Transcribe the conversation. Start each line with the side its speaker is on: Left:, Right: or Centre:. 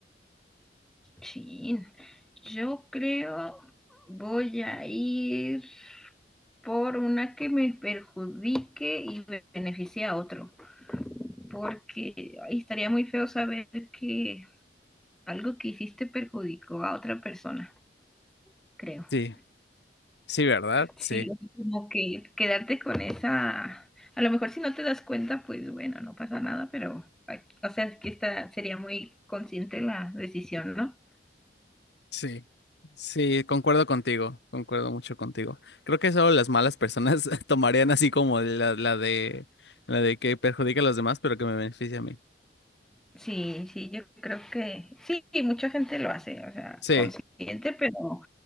Centre: Chin, yo creo voy a ir por una que me perjudique y beneficie a otro, porque ay, estaría muy feo saber que algo que hiciste perjudicó a otra persona, creo.
Left: Sí, sí, ¿verdad? Sí,
Centre: Sí, como que quedarte con esa, a lo mejor si no te das cuenta, pues bueno, no pasa nada, pero, o sea, es que esta sería muy consciente la decisión, ¿no?
Left: sí, sí, concuerdo contigo, concuerdo mucho contigo. Creo que solo las malas personas <laughs> tomarían así como la, la de, la de que perjudique a los demás, pero que me beneficie a mí.
Centre: Sí, sí, yo creo que sí, mucha gente lo hace, o sea,
Left: Sí.
Centre: consciente, pero